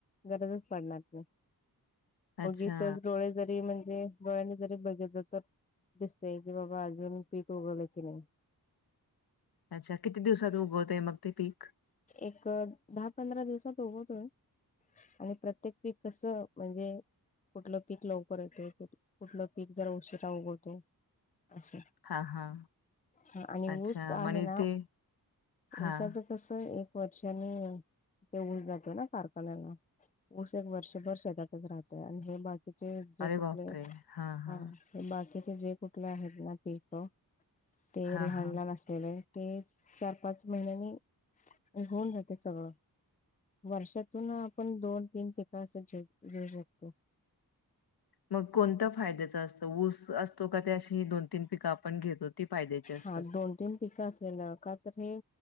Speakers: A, on the left; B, on the left.
A: गरजच पडणार नाही. कधी
B: अच्छा.
A: सहज डोळे जरी म्हणजे डोळ्यांनी जरी बघितलं तर दिसतंय, की बाबा अजून पीक उगवल की नाही.
B: अच्छा किती दिवसात उगवतय मग ते पीक?
A: एक दहा पंधरा दिवसात उगवतोय. आणि प्रत्येक पीक कसं म्हणजे कुठलं पीक लवकर येतो, कुठलं पीक जर उशीरा उगवतो असं.
B: हां, हां.
A: हा आणि
B: अच्छा.
A: ऊस
B: म्हणे
A: आहे ना
B: ते हां.
A: ऊसाचं कसं एक वर्षाने ते ऊस जातं ना कारखान्याला. ऊस एक वर्षभर शेतातच राहतोय आणि हे बा कीचे जे
B: अरे
A: कुठले
B: बापरे! हां, हां.
A: हा बाकीचे जे कुठले आहेत ना पिकं, ते
B: हां,
A: लहान
B: हां.
A: लहान असलेले ते चार पाच महिन्यांनी होेऊन जाते सगळं. वर्षातून आपण दोन तीन पिकं असं घे घेऊ शकतो.
B: मग कोणतं फायद्याचं असतं? ऊस असतो का ते अशी ही दोन तीन पिकं आपण घेतो ती फायद्याची? असतात?
A: हा दोन तीन पिकं असलेलं. का तर हे